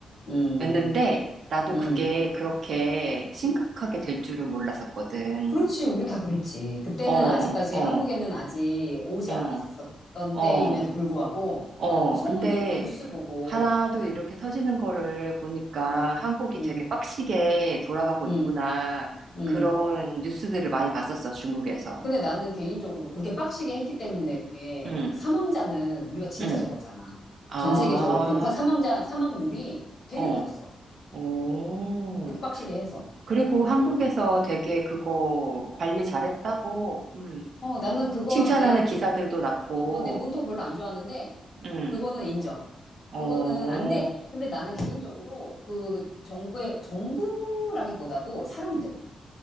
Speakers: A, on the left; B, on the right.
A: 응,
B: 였는데, 나도
A: 응.
B: 그게 그렇게 심각하게 될 줄은 몰랐었거든.
A: 그렇지, 우리 다 그랬지. 그때는
B: 어,
A: 아직까지
B: 어,
A: 한국에는 아직 오지
B: 어,
A: 않았었던
B: 어,
A: 때임에도 불구하고,
B: 어.
A: 그 소문
B: 근데
A: 듣고, 뉴스 보고,
B: 하나도
A: 응,
B: 이렇게 터지는 거를 보니까
A: 응,
B: 한국이
A: 응,
B: 되게 빡시게 돌아가고
A: 응,
B: 있구나.
A: 응.
B: 그런 뉴스들을 많이 봤었어, 중국에서.
A: 근데 나는 개인적으로 그렇게 빡시게 했기 때문에
B: 응,
A: 사망자는 우리가 진짜
B: 응.
A: 적었잖아.
B: 아,
A: 전 세계적으로 그 화- 사망자, 사망률이 되게
B: 어,
A: 낮았어.
B: 오.
A: 그렇게 빡시게 해서.
B: 그리고 한국에서
A: 어.
B: 되게 그거 관리 잘했다고, 음,
A: 어, 나는 그거
B: 칭찬하는
A: 내가 무,
B: 기사들도 났고,
A: 어, 내 문통 별로 안 좋아하는데
B: 음.
A: 그거는 인정.
B: 어,
A: 그거는 안 돼. 근데 나는 개인적으로 그 정부의 정부라기보다도 사람들,